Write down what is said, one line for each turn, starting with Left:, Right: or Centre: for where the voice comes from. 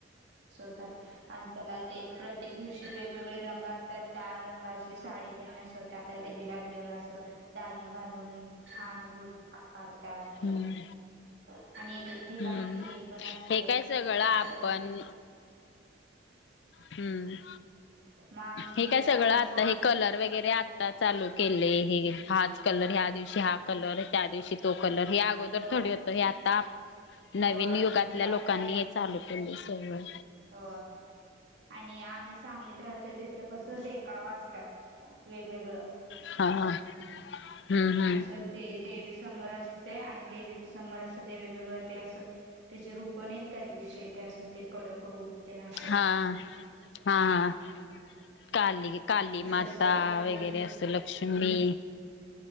Right: बसवतात आणि त्याला ते प्र प्रत्येक दिवशी वेगवेगळे रंग असतात त्या रंगाची साडी त्यांना नसवतात त्या देवीला वेगवेगळ्या अस डागिण घालून छान रूप आकारतात
Left: हम्म
Right: आणि एक ठिकाणी
Left: हम्म
Right: ते हे पण असते
Left: हे काय सगळं आपण
Right: असं
Left: हम्म
Right: मग आम्ही
Left: हे
Right: जिथं
Left: काय सगळं
Right: आम्ही
Left: आता
Right: सांगलीच
Left: हे कलर वगैरे आता चालू केले हे हाच कलर ह्या दिवशी हा कलर त्या दिवशी तो कलर हे अगोदर
Right: होय
Left: थोडी होतो हे आता
Right: होय
Left: नवीन युगातल्या
Right: ते आत्ता
Left: लोकांनी हे चालू केले सग
Right: हो आणि आम्ही सांगलीत राहतोय तिथं कसं देखावां असत वेगवेगळं
Left: हा हम्म हम्म
Right: असं ते देवी समोर असते आणि देवी समोर असं ते वेगवेगळ ते असं त्याचे रूपनेेत कायदवीचे ते असं ते कडक रूप तेन असं
Left: हा हा हा काली क कालीमाता
Right: ते तसं वेगवेगळे
Left: वगैरे
Right: ते
Left: असं लक्ष्मी